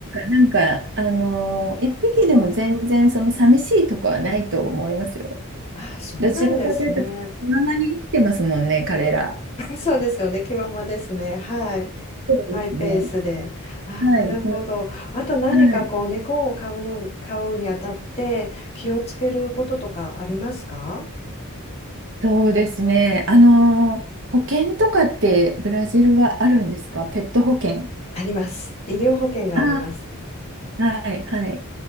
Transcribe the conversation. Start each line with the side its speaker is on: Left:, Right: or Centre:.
Right: なんか、あのー一匹でも全然その寂しいとかはないと思いますよ。
Left: あ、そうなんですね。
Right: どちらかというと、気ままに生きてますもんね、彼ら。
Left: <laughs> そうですよね。気ままですね。はい。
Right: そうですね。
Left: マイペースで。ああ、
Right: はい、
Left: なるほど。
Right: は
Left: あと何かこう猫を飼うのに、
Right: い、はい。
Left: 飼うにあたって気をつけることとかありますか
Right: そうですね。あのー保険とかってブラジルはあるんですかペット保険。
Left: あります。医療保険があります。
Right: あーはいはい。